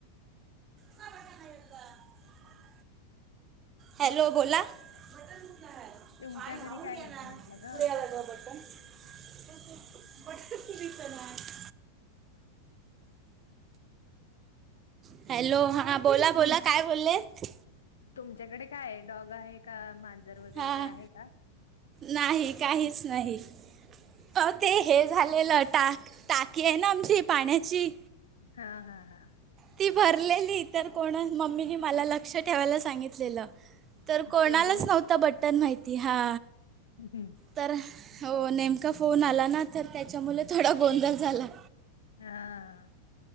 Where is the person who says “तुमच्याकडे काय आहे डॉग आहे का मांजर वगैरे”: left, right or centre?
Left